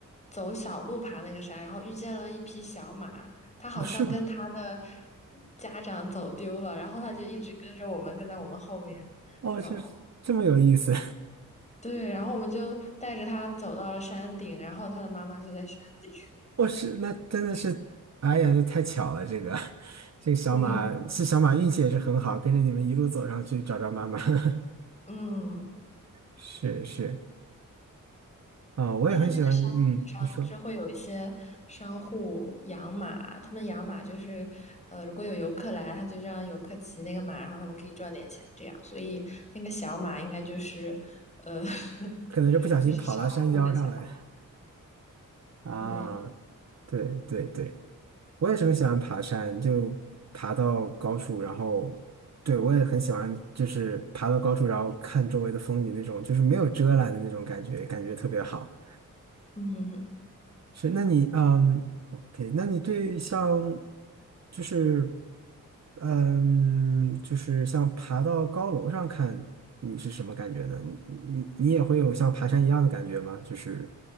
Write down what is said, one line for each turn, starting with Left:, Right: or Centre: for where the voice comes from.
Left: 走小路爬那个山，然后遇见了一匹小马，它好像跟它的
Right: 哦，是吗？
Left: 家长走丢了，然后它就一直跟着我们，跟在我们后面
Right: 哦，
Left: 走。
Right: 是这么有意思。
Left: 对，然后我们就带着他走到了山顶，然后他的妈妈就在山顶。<laughs>
Right: 哦，是，那真的是，哎呀，那太巧了，这个 <laughs> 这个小马是小马运气也是很好，
Left: 对，
Right: 跟着你们一路走上去找找妈妈。<laughs>
Left: 嗯，
Right: 是是，啊、我也很喜欢，
Left: 因为那个山顶上就是会有一些商户养马，
Right: 嗯，你说，
Left: 他们养马就是，呃，如果有游客来，他就让游客骑那个马，然后他们可以赚点钱，这样。所以那个小马应该就是，呃，<laughs>
Right: 可能是不小心跑到山腰上来。
Left: 就是商户的小马。
Right: 啊，
Left: 对，
Right: 对对对，我也是很喜欢爬山，就爬到高处，然后，对，我也很喜欢，就是爬到高处，然后看周围的风景那种，就是没有遮拦的那种感觉，感觉特别好。
Left: 嗯，
Right: 是，那你，嗯哦，OK，那你对像，就是，嗯，就是像爬到高楼上看，你是什么感觉呢？你你你也会有像爬山一样的感觉吗？就是